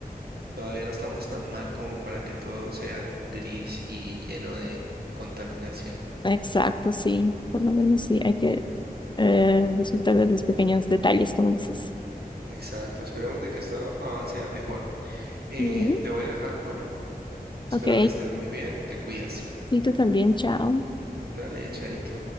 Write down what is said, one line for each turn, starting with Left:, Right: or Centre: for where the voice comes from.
Right: Todavía no estamos tan mal como para que todo sea gris y lleno de contaminación.
Left: Exacto, sí. Por lo menos sí, hay que eh, disfrutar de los pequeños detalles, como dices.
Right: Exacto, esperemos de que esto avance a mejor. Eh,
Left: Ujú.
Right: te voy a dejar, bueno, espero
Left: Ok,
Right: que estés muy bien, te cuidas.
Left: sí, tú también, chao.
Right: Dale, chaito.